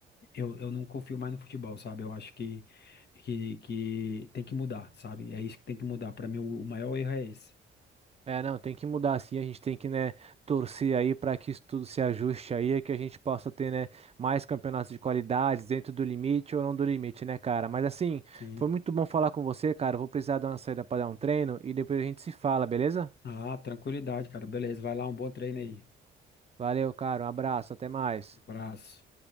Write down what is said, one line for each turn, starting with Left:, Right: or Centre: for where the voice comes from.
Left: eu, eu não confio mais no futebol, sabe? Eu acho que, que, que tem que mudar, sabe? É isso que tem que mudar. Pra mim, o, o maior erro é esse.
Right: É, não, tem que mudar assim, a gente tem que, né, torcer aí para que isso tudo se ajuste aí, que a gente possa ter, né, mais campeonatos de qualidade dentro do limite ou não do limite, né, cara? Mas assim,
Left: Sim.
Right: foi muito bom falar com você, cara. Eu vou precisar dar uma saída para dar um treino e depois a gente se fala, beleza?
Left: Ah, tranquilidade, cara. Beleza, vai lá, um bom treino aí.
Right: Valeu, cara. Um abraço, até mais.
Left: Abraço.